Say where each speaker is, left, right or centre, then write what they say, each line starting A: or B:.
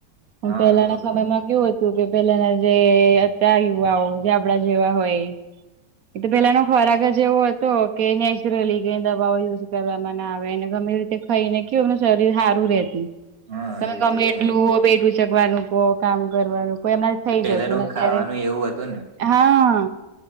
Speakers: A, on the right; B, on the right.
A: હ
B: હા
A: પહેલાના
B: એ તો
A: સમયમાં કેવું હતું હતુ કે પેલાના જે અત્યાર યુવાઓ જે આપડા જેવા હોય એ તો પેલાનો ખોરા આગ જ એવો હતો. કે નેચરલી કઈ દવાઓ યુઝ કરવામાં ના આવે અને ગમે રીતે ખાઈને કેું એમનું શરીર સારું રહેતું
B: હા
A: તમે
B: એ
A: ગમે
B: તો
A: એટલું
B: છે
A: વેટ ઉચકવાનું કોહ કામ કરવાનું કોઈ અમના થઇ
B: પેલાનું
A: જતુંને અત્યારે
B: ખાવાનું એવું હતું ને
A: હા